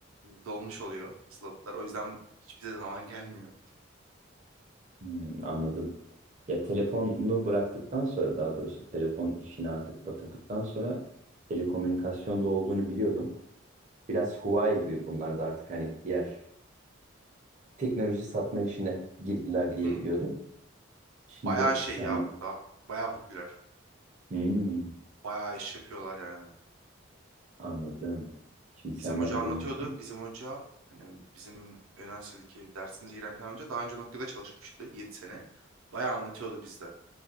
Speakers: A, on the right; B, on the right.
A: dolmuş oluyor slotlar. O yüzden hiçbir zaman gelmiyor.
B: Hmm, anladım. Ya telefonu bıraktıktan sonra daha doğrusu telefon işini artık batırdıktan sonra telekomünikasyonda olduğunu biliyordum. Biraz Huawei gibi bunlar da artık hani diğer teknoloji satma işine girdiler diye
A: Hı hı.
B: biliyordum. Şimdi
A: Bayağı şey
B: sen
A: ya burada. Bayağı popüler.
B: Hmm,
A: Bayağı iş yapıyorlar yani.
B: anladım. Şimdi senden
A: Bizim hoca anlatıyordu.
B: duyunca.
A: Bizim hoca hani bizim üniversitedeki dersimize giren bir tane hoca daha önce noktada çalışmıştı 7 sene. Bayağı anlatıyordu bizde.